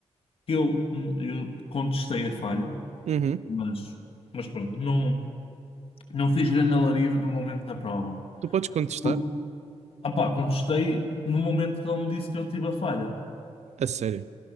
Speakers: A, on the left; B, on the right.
A: que eu, eu contestei a falha,
B: uhum,
A: mas, mas pronto, não, não fiz grande alarido no momento da prova.
B: Tu podes contestar?
A: Por- Epá, contestei no momento que ele me disse que eu tive a falha.
B: A sério.